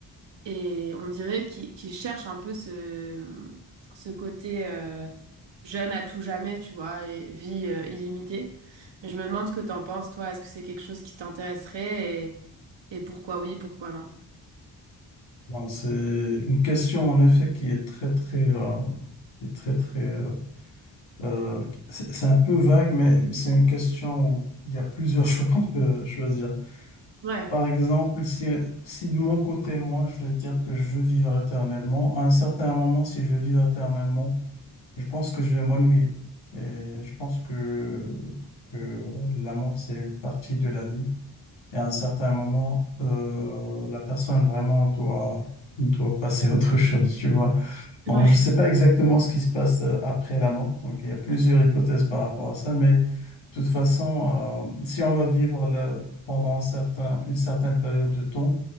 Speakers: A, on the right; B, on the left.
A: Et on dirait qu'il qu'il cherche un peu ce, ce côté euh, jeune à tout jamais, tu vois, et vie euh, illimitée. Mais je me demande ce que t'en penses, toi. Est-ce que c'est quelque chose qui t'intéresserait et, et pourquoi oui, pourquoi non?
B: Bon, c'est une question en effet qui est très très euh, qui est très très euh, euh, c'est c'est un peu vague mais c'est une question où il y a plusieurs <laughs> choix qu'on peut choisir.
A: Ouais.
B: Par exemple, si si de mon côté moi je vais dire que je veux vivre éternellement, à un certain moment si je veux vivre éternellement, je pense que je vais m'ennuyer et je pense que que la mort c'est une partie de la vie. Et à un certain moment, euh, la personne vraiment doit, doit passer à autre chose, tu vois. Donc,
A: Ouais.
B: je ne sais pas exactement ce qui se passe euh, après la mort. Donc, il y a plusieurs hypothèses par rapport à ça. Mais de toute façon, euh, si on va vivre le- pendant un certain, une certaine période de temps,